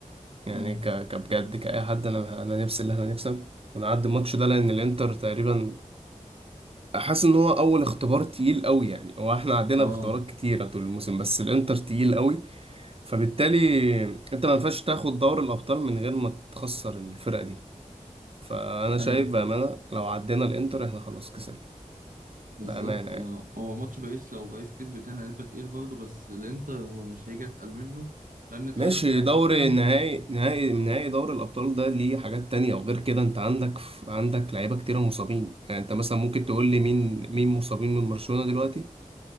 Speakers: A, on the right (about 45°); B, on the right (about 80°).
A: يعني
B: مم.
A: ك... كبجد كأي حد أنا أنا نفسي إن إحنا نكسب ونعدي الماتش ده لأن الإنتر تقريبا حاسس إن هو أول اختبار تقيل قوي يعني هو إحنا عدينا
B: اه
A: باختبارات كتيرة طول الموسم بس الإنتر تقيل قوي فبالتالي أنت ما ينفعش تاخد دوري الأبطال من غير ما تخسر الفرقة دي فأنا شايف
B: ايوه
A: بأمانة لو عدينا الإنتر إحنا خلاص كسبنا
B: بالظبط
A: بأمانة يعني.
B: آه، هو ماتش باريس لو باريس كسبت يعني هيبقى تقيل برضه بس الانتر هو مش هيجي اتقل منه لان طريقه
A: ماشي
B: لعبه
A: دوري
B: اصلا
A: نهائي نهائي نهائي دوري الأبطال ده ليه حاجات تانية وغير كده أنت عندك عندك لعيبة كتيرة مصابين يعني أنت مثلا ممكن تقول لي مين مين مصابين من برشلونة دلوقتي